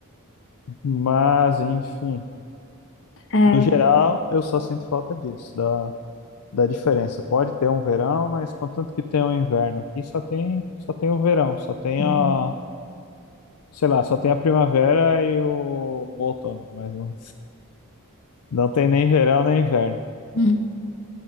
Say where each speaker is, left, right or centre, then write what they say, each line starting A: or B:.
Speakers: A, on the left; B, on the left.
A: Mas, enfim,
B: <laughs> É,
A: no geral, eu só sinto falta disso, da, da diferença. Pode ter um verão, mas contanto que tenha um inverno aqui, só tem, só tem o verão, só tem
B: uhum.
A: a, sei lá, só tem a primavera e o, o outono, mas não, não tem nem verão nem inverno.
B: Hum.